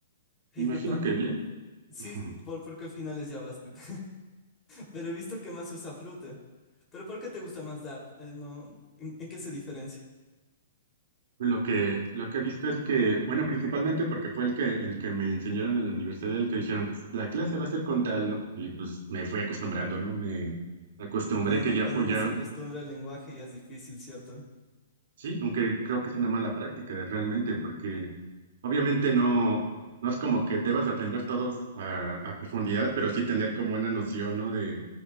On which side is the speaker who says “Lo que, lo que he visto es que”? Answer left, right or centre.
Right